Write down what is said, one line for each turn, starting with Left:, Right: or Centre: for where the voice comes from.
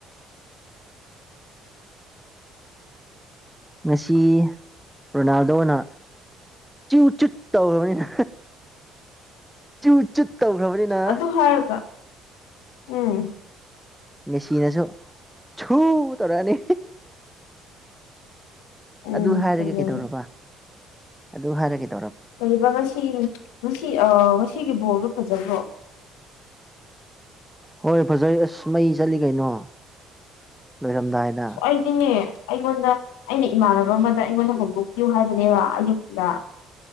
Centre: ꯉꯁꯤ ꯔꯣꯅꯥꯜꯗꯣꯅ ꯆꯨ ꯆꯨꯠ ꯇꯧꯔꯕꯅꯤꯅ ꯆꯨ ꯆꯨꯠ ꯇꯧꯈ꯭ꯔꯕꯅꯤꯅ
Left: ꯑꯗꯨ ꯍꯥꯏꯔꯒ ꯎꯝ
Centre: ꯃꯦꯆꯤꯟꯅꯁꯨ ꯁꯨ ꯇꯧꯔꯛꯑꯅꯤ
Left: ꯎꯝ
Centre: ꯑꯗꯨ ꯍꯥꯏꯔꯒꯦ
Left: ꯐꯖꯔꯦ
Centre: ꯀꯩꯗꯧꯔꯕ ꯑꯗꯨ ꯍꯥꯏꯔꯒꯗꯤ
Left: ꯀ ꯉꯁꯤ ꯉꯁꯤ ꯑ ꯉꯁꯤꯒꯤ ꯕꯣꯔꯜꯗꯣ ꯐꯖꯕ꯭ꯔꯣ
Centre: ꯍꯣꯏ ꯐꯖꯩ ꯑꯁ ꯃꯩ ꯆꯠꯂꯤ ꯀꯩꯅꯣ ꯂꯣꯏꯔꯝꯗꯥꯏꯗ
Left: ꯑꯋꯥꯗꯅꯦ ꯑꯩꯉꯣꯟꯗ ꯑꯩꯅ ꯏꯃꯥꯟꯅꯕ ꯑꯃꯗ ꯑꯩꯉꯣꯟꯗ ꯍꯧꯗꯣꯛꯄꯤꯌꯨ ꯍꯥꯏꯕꯅꯦꯕ ꯑꯌꯨꯛꯇꯨꯗ